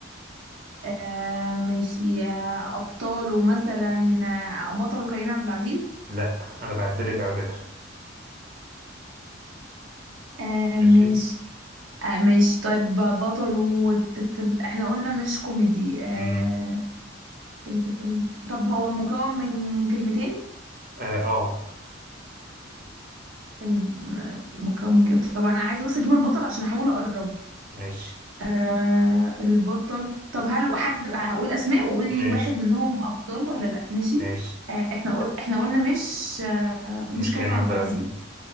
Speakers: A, on the right; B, on the right.
A: آه ماشي آه أبطاله مثلا آه بطله كريم عبد العزيز
B: لا أنا بعدلك على فكرة
A: آه
B: ماشي
A: ماشي آه ماشي طيب بطله تتر... احنا قلنا مش كوميدي آه
B: مم.
A: تتر- تتر- طب هو مكون من كلمتين
B: آه, آه
A: فيلم آه، مكون من كلمتين طب أنا عايزة بس أجيب البطل عشان أحاول أقرب
B: ماشي
A: آه البطل طب هل حد هقول أسماء وقول لي
B: ماشي
A: واحد منهم أبطال ولا لأ ماشي
B: ماشي
A: آه احنا قل... احنا قلنا مش آه مش
B: مش
A: كريم
B: كريم
A: عبد
B: عبد
A: العزيز
B: العزيز